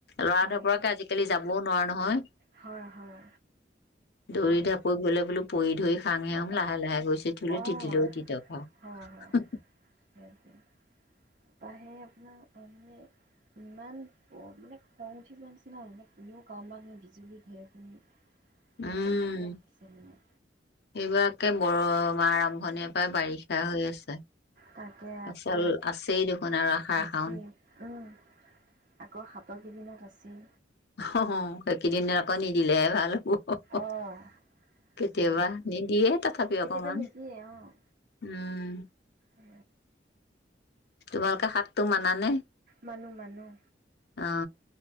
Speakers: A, on the left; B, on the right.
A: লৰা
B: হয়,
A: ধৰ পৰাকে আজিকালি যাবও নোৱাৰা নহয়?
B: হয় হয়
A: দৌৰি
B: অ',
A: ঢাপৈ গ'লে বোলো? পৰি ধৰি খাম
B: অ',
A: লাহে লাহে গৈছে থুলি
B: অ',
A: তিতি লৈও তিত আৰু।
B: হয়, হয়, সেইটোৱে, তাৰপৰা সেই আপোনাৰ মানে ইমান প- মানে খং উঠি যোৱা নিছিনা কোনেও কা মাত মানুহে বিজুলী ধেৰেকনি।
A: উম
B: সেই তেনেকেই আহিছে মই।
A: এইবাৰকে বৰ মা আৰম্ভণিৰ পাই বাৰিষা হৈ আছে।
B: তাকে
A: আচল আছেই দেখোন আৰু আহাৰ
B: আছেই,
A: শাওন।
B: উম, আকৌ সাত কেইদিনত আছেই।
A: অ হ হ সেইকেইদিন আকৌ নিদিলেহে ভাল। হ হ হ
B: অ',
A: কেতিয়াবা
B: সেইকেইটা যে
A: নিদিয়ে তথাপি
B: কেতিয়াবা
A: অকমান
B: নিদিয়ে অ',
A: উম।
B: এ,
A: তোমালোকে হাতটো মানানে।
B: মানুহ মানুহ
A: অ